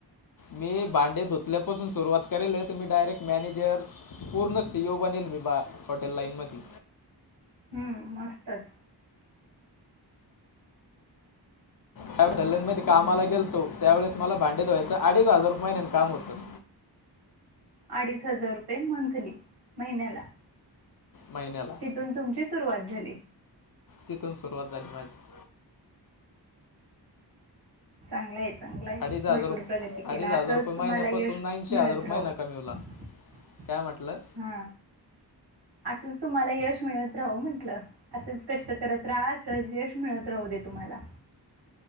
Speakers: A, on the left; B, on the right.
A: मी भांडे धुतल्यापासून सुरुवात करेल तुम्ही डायरेक्ट मॅनेजर. पूर्ण सी ओ बनेल विभाग हॉटेल लाईनमध्ये.
B: हम्म मस्तच.
A: त्यावेळेस सलूनमध्ये कामाला गेलतो त्यावेळेस मला भांडे धुवाचे अडीच हजार रूपयने महिना काम होतं.
B: अडीच हजार रुपये मंथली, महिन्याला.
A: महिन्याला.
B: तून तुमची सुरुवात झाली.
A: तिथून सुरुवात झाली माझी.
B: चांगलय आहे चांगलय आहे
A: अडीच हजार
B: भरपूर
A: रुप
B: प्रगती केला
A: अडीच हजार
B: असंच
A: रुपये महिन्यापासून
B: तुम्हाला यश
A: ऐंशी
B: मिळत
A: हजार रुपये
B: राहो.
A: महिना कमी
B: <inaudible>
A: काय म्हटलं?
B: हा असंच तुम्हाला यश मिळत राहू म्हटलं. असंच कष्ट करत राहा, अस यश मिळत राहू दे तुम्हाला.